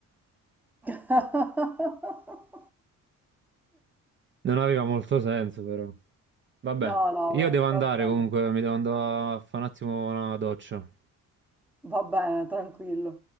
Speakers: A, in the centre; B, on the right.
A: <laughs>
B: Non aveva molto senso, però. Vabbè,
A: No, no,
B: io devo andare
A: va bene,
B: comunque, mi devo andare a fare un attimo una doccia.
A: va bene, tranquillo.